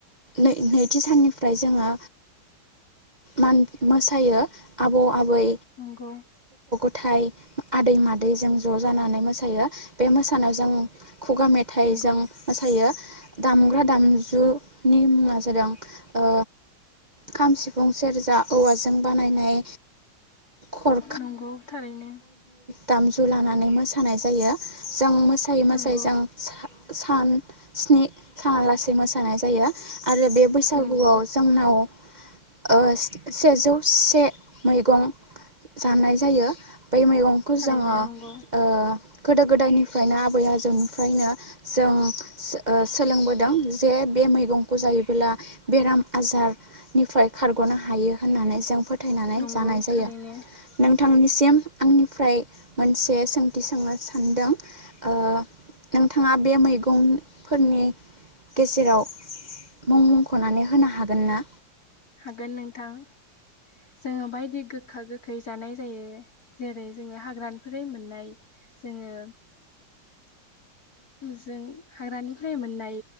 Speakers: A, on the right (about 30°); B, on the left (about 45°).
A: नैथि साननिफ्राय जोङो मान मोसायो आबौ आबै
B: नंगौ
A: मेथाइ आदै मादै जों ज जानानै मोसायो बे मोसानायाव जों खुगा मेथाइ
B: नंगौ
A: मेथाइ जों मोसायो दामग्रा दामजु नि मुङा जादों ओ खाम सिफुं सेरजा औवाजों बानायनाय खर
B: नंगौ थारैनो
A: दामजु लानानै मोसानाय जायो जों मोसायै मोसायै
B: नंगौ
A: जों सान स्नि साना लासे मोसायो जानाय जायो आरो बे बैसागुआव
B: नंगौ
A: जोंनाव ओ सेजौ से मैगं जानाय जायो बै मैगंखौ
B: थारैनो
A: जोङो
B: नंगौ
A: ओ गोदो गोदायनिफ्रायनो आबै आजौनिफ्रायनो जों सो ओ सोलोंबोदों जे बे मैगंखौ जायोबोला बेराम आजारनिफ्राय खारगनो हायो होननानै जों फोथायनानै
B: नंगौ
A: जानाय जायो
B: थारैनो
A: नोंथां नोंथांनिसिम आंनिफ्राय मोनसे सोंथि सोंनो सानदों ओ नोंथाङा बे मैगंफोरनि गेजेराव मुं मुंखनानै होनो हागोन ना
B: हागोन नोंथां जोङो बायदि गोखा -गोखै जानाय जायो जेरै जोङो हाग्रानिफ्राय मोननाय जोङो जों हाग्रानिफ्राय मोननाय